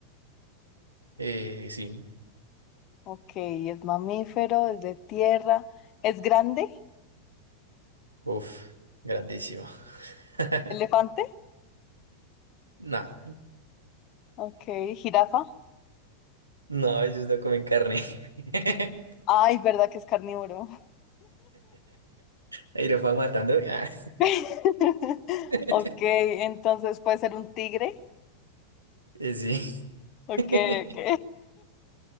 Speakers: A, on the right; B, on the left.
A: Eh, sí.
B: Ok, es mamífero, es de tierra, es grande,
A: Uf. Grandísimo. <laughs>
B: elefante,
A: No.
B: ok, jirafa.
A: No, ellos no comen carne. <laughs>
B: Ay, verdad que es carnívoro.
A: Ahí lo van matando. Ah.
B: <laughs>
A: <laughs>
B: Ok, entonces puede ser un tigre.
A: Eh, Sí.
B: Ok,
A: <laughs>
B: ok.